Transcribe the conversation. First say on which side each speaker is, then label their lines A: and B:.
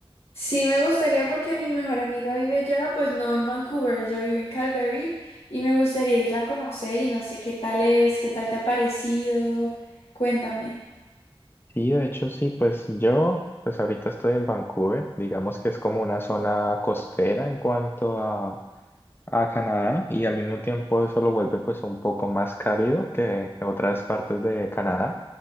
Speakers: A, on the left (about 75°); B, on the left (about 20°).
A: Sí, me gustaría porque mi mejor amiga vive allá, pues no en Vancouver, ella vive en Calgary y me gustaría irla a conocer y no sé qué tal es, qué tal te ha parecido. Cuéntame.
B: Sí, de hecho sí, pues yo, pues ahorita estoy en Vancouver, digamos que es como una zona costera en cuanto a, a Canadá y al mismo tiempo eso lo vuelve pues un poco más cálido que otras partes de Canadá.